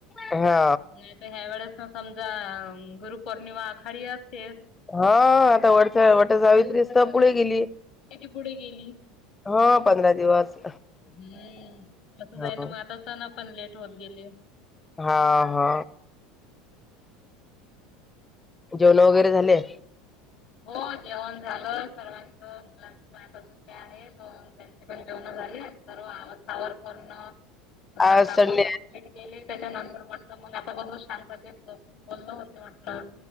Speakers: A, on the left (about 15°); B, on the left (about 65°).
A: हा
B: नाही तर ह्या वेळेस ना समजा गुरुपौर्णिमा आखाडी असते.
A: हा आता वटचा वट सावित्रीस तर पुढे गेली.
B: किती पुढे गेली
A: हा पंधरा दिवस
B: हम्म कस जाय
A: हा
B: ना मला आता सण पण लेट होत गेले.
A: हा हा. जेवण वगैरे झाले.
B: हो जेवण झालं सर्वांच. मुलांचे पण आता सुट्टे आहे त्यांचे पण जेवण झाले तर आवा सावर करण <unintelligible> पण
A: आज
B: काम
A: संडे
B: <unintelligible> कलीट गेली त्याच्यानंतर म्हटलं मग सग शांतसून बोलण होते म्हट <unintelligible> लं